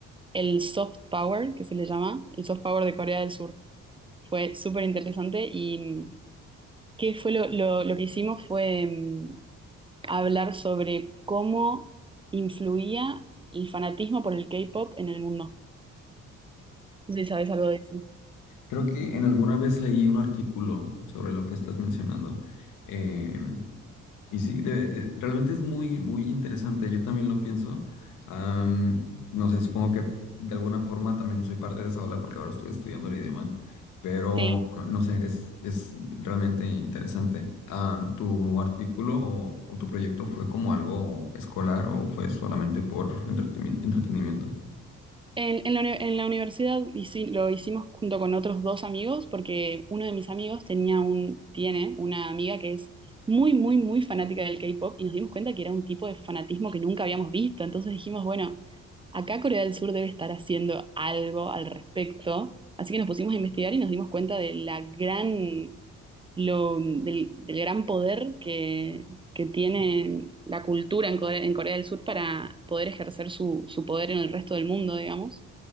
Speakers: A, on the right; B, on the left.
A: el soft power, que se le llama, el soft power de Corea del Sur. Fue súper interesante y... mm, ¿Qué fue lo, lo- lo que hicimos fue mm, hablar sobre cómo influía el fanatismo por el K-pop en el mundo? No sé si sabes algo de eso.
B: Creo que en alguna vez leí un artículo sobre lo que estás mencionando. Em, y sí, de- de- realmente es muy, muy interesante. Yo también lo pienso. Am, no sé, supongo que de alguna forma también soy parte de esa ola porque ahora estoy estudiando el idioma. Pero
A: sí
B: no sé, es, es realmente interesante. Ah, ¿tu artículo o, o tu proyecto fue como algo escolar o fue solamente por entretemi- entretenimiento?
A: En, en la, uni- en la universidad hici- lo hicimos junto con otros dos amigos porque uno de mis amigos tenía un, tiene una amiga que es muy, muy, muy fanática del K-pop y nos dimos cuenta que era un tipo de fanatismo que nunca habíamos visto. Entonces dijimos, bueno, acá Corea del Sur debe estar haciendo algo al respecto. Así que nos pusimos a investigar y nos dimos cuenta de la gran, lo, del, del gran poder que que tienen la cultura en Core- en Corea, del Sur para poder ejercer su, su poder en el resto del mundo, digamos.